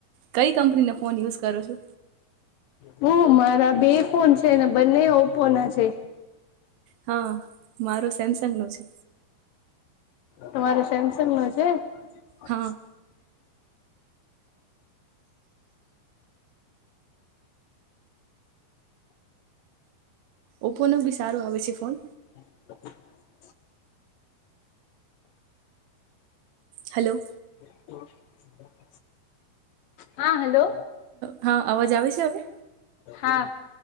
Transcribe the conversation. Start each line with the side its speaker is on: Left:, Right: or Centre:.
Right: કઈ કંપનીના ફોન યુઝ કરો છો.
Left: હું મારા બે ફોન છે બને ઓપો ના છે.
Right: હા મારો સેમસંગ નો છે.
Left: તમારો સેમસંગ નો છે અચ્છા
Right: હા ઓપોનો બી સારું આવે છે ફોન
Left: <inaudible>
Right: હલો.
Left: <unintelligible> હા હલો
Right: હા અવાજ આવે છે હવે
Left: હા